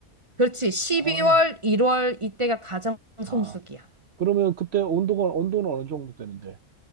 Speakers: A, on the right; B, on the right.
A: 그렇지. 12월,
B: 아,
A: 1월 이때가 가장 성수기야.
B: 아. 그러면 그때 온도가, 온도는 어느 정도 되는데?